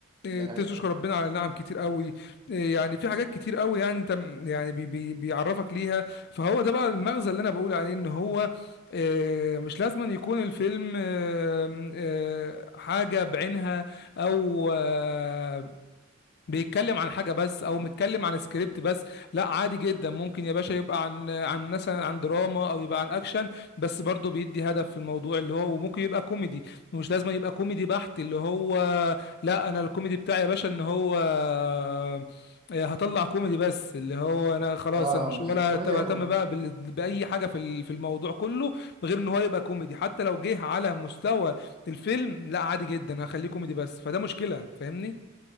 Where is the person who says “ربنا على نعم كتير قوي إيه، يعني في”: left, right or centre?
Left